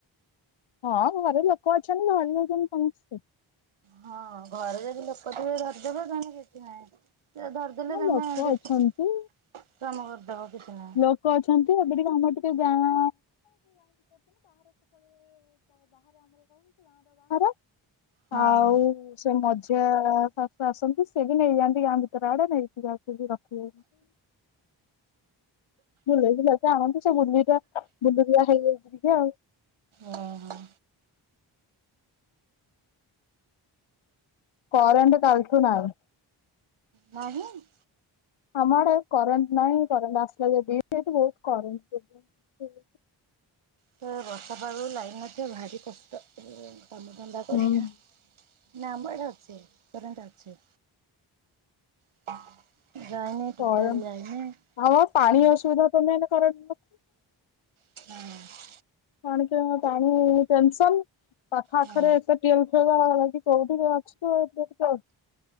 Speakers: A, on the left (about 70°); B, on the right (about 75°).
A: ହଁ ଘରେ ଲୋକ ଅଛନ୍ତି ଘରେ ଧରିନୌଚନ୍ତି ସମସ୍ତେ।
B: ହଁ ଘରେ ଯଦି ଲୋକ ଧରିଦେବେ ତାହେଲେ କିଛି ନାହିଁ। ସେ ଧରିଦେଲେ
A: ହଁ
B: ତମେ
A: ଲୋକ ଅଛନ୍ତି
B: କାମ କରିଦବ କିଛି ନାହିଁ।
A: ଲୋକ ଅଛନ୍ତି ଏବେ ଟିକେ ଆମର ଟିକେ ଯାଁ <unintelligible>
B: ହଁ
A: ଆଉ ସେ ମଝିଆ ଶାଶୁ ଆସନ୍ତି ସେ ବି ନେଇଯାଆନ୍ତି ଗାଁ ଭିତର ଆଡେ ନେଇକି ଯାକୁ ରଖି ବୁଲେଇ ବୁଲକି ଆଣନ୍ତି ସେ ବୁଲୁଆ ବୁଲୁରିଆ ହେଇଯାଇଚନ୍ତି ଆଉ।
B: ଓହ୍ ହୋ।
A: କରେଣ୍ଟ କଲିଠୁ ନାହିଁ।
B: ନାଁହିଁ।
A: ଆମ ଆଡେ କରେଣ୍ଟ ନାହିଁ କରେଣ୍ଟ ଆସିଲା ଦିଟା ବହୁତ କରେଣ୍ଟ
B: ତ ବର୍ଷା ପାଗକୁ ଲାଇନ ନଥିବା କୁ ଭାରି କଷ୍ଟ କାମଧନ୍ଦା କରିବା
A: ହୁଁ
B: ନା ଆମାଡେ ଅଛି କରେଣ୍ଟ ଅଛି। <unintelligible> ଯାଇନି
A: <unintelligible>
B: ଟୋଟାଲ ଯାଇନି। ହଁ <unintelligible>
A: କଣ କିଲୋ ପାଣି ଟେନେଶନ। <unintelligible>
B: ହଁ ହଁ